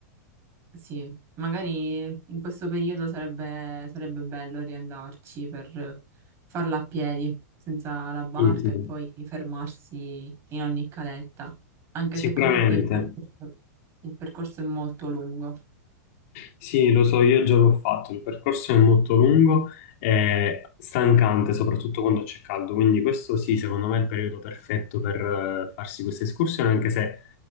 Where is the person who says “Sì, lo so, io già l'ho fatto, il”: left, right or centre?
Left